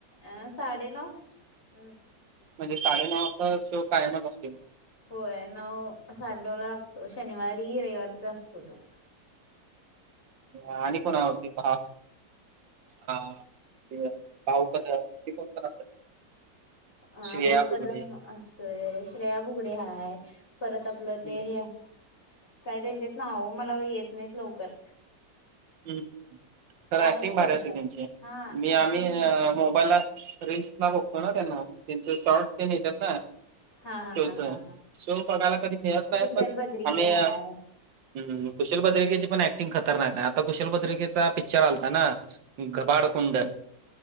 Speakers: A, on the left; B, on the right.
A: अ साडे नऊ हम्.
B: म्हणजे साडेनऊचा शो कायमच आसतोय.
A: होय नऊ साडे नऊ ला लागतो शनिवारी रविवारीचा असतो तो.
B: आणि कोण आवडती पहा हा ते. भाऊ कदम हे पण असतात.
A: अ
B: श्रेया
A: भाऊ कदम
B: बुगडे
A: असतोय श्रेया बुगडे आहे परत आपलं
B: हं,
A: ते हे काय त्यांच्यात नावं मला येत नाहीत लवकर.
B: ह्
A: ते
B: खर
A: आहेत
B: ऍक्टिंग
A: थोडेफार
B: भारी असेल त्यांची
A: हा
B: मी
A: ऍक्टिंग
B: आम्ही मोबाईलला रिल्स ला बघतो ना त्यांना त्यांचे शॉर्ट तेन येतात ना.
A: हा हा
B: शोच
A: हा हा हा
B: शो बघायला कधी मिळत नाही
A: कुशल
B: पण
A: बद्रिके
B: आम्ही
A: हाय
B: हम कुशल भद्रिकेची पण ऍक्टिंग खतरनाक आहे आता कुशल भद्रिकेचा पिक्चर आलाता ना! घबाडकुंड.